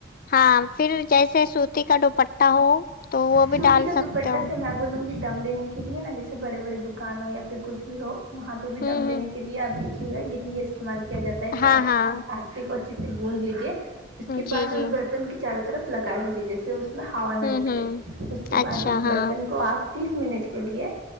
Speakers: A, on the left (about 45°); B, on the right (about 75°).
A: ہاں پھر جیسے سوتی کا دوپٹہ ہو تو وہ بھی
B: سوتی
A: ڈال
B: کا
A: سکتے
B: دوپٹہ
A: ہو
B: سے میں بولوں گی دم دینے کے لیے نا جیسے بڑے بڑے دکان ہو یا پھر کچھ بھی ہو وہاں پہ بھی
A: ہوں
B: دم دینے
A: ہوں
B: کے لیے آپ دیکھیے گا یہی استعمال کیا جاتا ہے
A: ہاں ہاں
B: کہ کو اچھے سے گند لیجیے اس کے
A: جی
B: بعد
A: جی
B: اس برتن کے چاروں طرف لگا دیجے جیسے اس ہوا نہ
A: ہوں
B: نکلے
A: ہوں
B: اس کے
A: اچھا
B: بعد اس
A: ہاں
B: برتن کو آپ تیس منٹ کے لیے